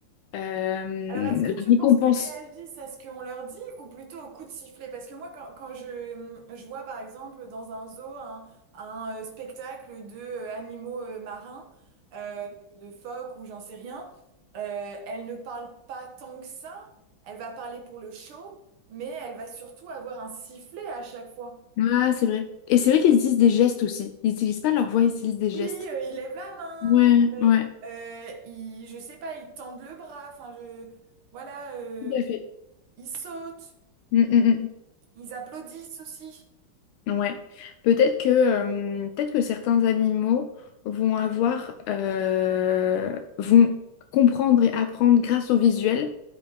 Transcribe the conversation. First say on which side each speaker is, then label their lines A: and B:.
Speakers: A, on the left; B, on the right.
A: Euh, la
B: Alors, est-ce que tu
A: récompense.
B: penses qu'ils réagissent à ce qu'on leur dit ou plutôt au coup de sifflet? Parce que moi, quand, quand je, hum, je vois, par exemple, dans un zoo, un, un, euh, spectacle de euh, animaux euh, marins, euh, de phoques ou j'en sais rien, euh, elle ne parle pas tant que ça. Elle va parler pour le show, mais elle va surtout avoir un sifflet à chaque fois.
A: Ah, c'est vrai. Et c'est vrai qu'ils utilisent des gestes aussi. Ils n'utilisent pas leur voix, ils utilisent des gestes.
B: Oui, euh, il lève la main,
A: Ouais,
B: euh,
A: ouais,
B: euh, il, je sais pas, il tend le bras, enfin, je, voilà, euh,
A: tout à fait.
B: Ils sautent,
A: Mm, mm, mm.
B: ils applaudissent aussi.
A: Peut- ouais. Peut-être que, euh, peut-être que certains animaux vont avoir, euh, vont comprendre et apprendre grâce au visuel